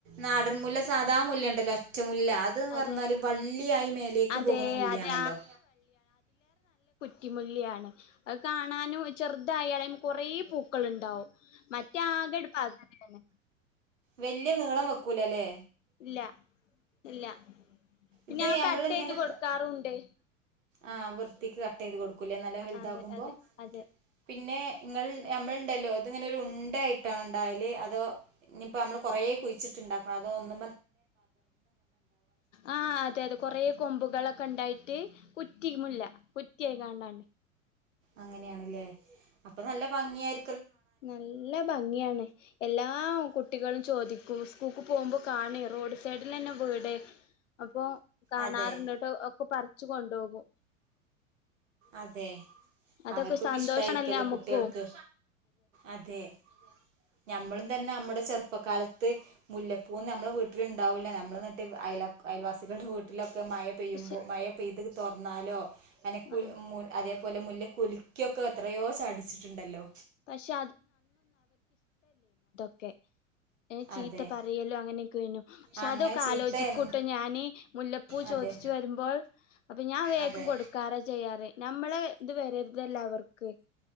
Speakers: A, on the right (about 65°); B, on the left (about 65°).
A: നാടൻമൂല് സാധാ മൂല്യുണ്ടല്ലോ ഒച്ച മുല്ല അതന്ന്
B: അതെ
A: പറഞ്ഞാല് വള്ളിയായി മേലേക്ക്
B: അതെ
A: പോകുന്ന മുല്ലാണല്ലോ
B: അതെ കിമല്ലിയാണ് അത് കാണാനും ചെറുതായാലേ കുറേ പൂക്കളുണ്ടാവും മറ്റയാ ആ ഗടപ്പാകതെ
A: വലിയ നീളം വെക്കൂല അല്ലേ
B: ഇല്ല ഇല്ല പിന്നെ
A: ഇത്
B: ഞങ്ങ
A: നമ്മളിങ്ങനെ
B: കട്ട് ചെയ്ത് കൊടുക്കാറുംണ്ട്
A: ആഹ് വൃത്തിക്ക് കട്ട് ചെയ്ത് കൊടുക്കൂല്ലേ നല്ല വലുതാകുമ്പോ
B: അതെ അതെ അതെ
A: പിന്നെ നിങ്ങൾ നമ്മളുണ്ടല്ലോ അത് ഇങ്ങനെ ഒരു ട്ടണ ഉണ്ടായല് അതോ ഇപ്പോ നമ്മള് കൊറേ കുഴിച്ചിട്ട്ണ്ടാക്കണം അോ ഒന്ന
B: ആഹ അതെതെ കൊറ കൊമ്പുകളൊക്കെ ഉണ്ടായിട്ട് കുറ്റിുമല്ല കുറ്റിയായി കാണ്ടണ്ട്
A: അങ്ങനെയാണല്ലേ അപ്പൊ നല്ല ഭംഗിയായി
B: നല്ല ഭംഗിയാണ് എല്ലാ കുട്ടികളും ചോദിക്കും സ്കൂൾക്ക് പോകുമ്പോ കാണറ റോഡ് സൈഡിൽ തന്നെ പോയിടെേ അപ്പോൾ കാണാറുണ്ടിട്ട്
A: അതെ
B: ഒക്കെ പറിച്ചു കൊണ്ടുപോകും
A: അതെ
B: അതൊക്കെ
A: അവർക്കൊക്കെ
B: സന്തോഷാണല്ലേ
A: ഇഷ്ടായിരിക്കല്ലോ
B: നമ്മുക്കും
A: കുട്ടികൾക്ക് അതെ ഞമ്മളും തന്നെ നമ്മുടെ ചെറുപ്പകാലത്ത് മുല്ലപ്പൂവും നമ്മളെ വീട്ടിലുണ്ടാവില്ല നമ്മൾട്ട് അ അയൽവാസികളുടെ വീട്ടിലൊെ മഴ പെയ്യുമ്പോ
B: പക്ഷെ
A: മഴ പെയ്ത് തുറന്നാലോ അങ്ങനെ
B: ആഹ്
A: അതേല അപോലെ മുല്ല കുലുക്കൊക്കെ എത്രയോ ചടിച്ചിട്ടുണ്ടല്ലോ
B: പക്ഷെ ക്കെ ഏ ചീത്ത
A: അതെ
B: പറയല്ലോ അങ്ങനെയൊക്കെ വു പക്ഷെ
A: അങ്ങനെ
B: അതൊക്കെ
A: ചീത്ത
B: ആലോചിക്കൂട്ടും
A: എ
B: ഞാന് മുല്ലപ്പൂ
A: അതെ
B: ചോദിച്ച വരുമ്പോൾ അപ്പൊ ഞാൻ വേഗം
A: അതെ
B: കൊടുക്കാറ ചെയ്യാറ് നമ്മളെ ഇത് വര ഇതെല്ലാവർക്ക്